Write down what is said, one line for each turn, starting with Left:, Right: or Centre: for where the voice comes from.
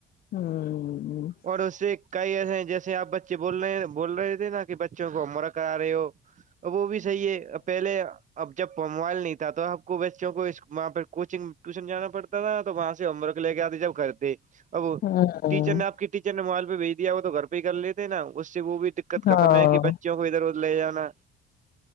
Left: ہوں
Right: اور اس سے کئی ایسے ہیں جیسے آپ بچے بول رہے بول رہے تھے نا کہ بچوں کو مرک آ رہے ہو وہ بھی صحیح ہے پہلے اب جب م موبائل نہیں تھا تو آپ کو بچوں کو وہاں پہ کوچنگ ٹیوشن جانا پڑتا نا تو وہاں سے ہوم ورک لے کے آتی جب کرتی اب وہ
Left: ہوں
Right: ٹیچر نے آپ ٹیچر نے موبائل پہ بھیج دیا وہ تو گھر پ ہی کر لیتے ہے نا اس سے وہ بھی دقت
Left: ہاں
Right: ختم ہے کہ بچوں کو ادھر ادھر لے جانا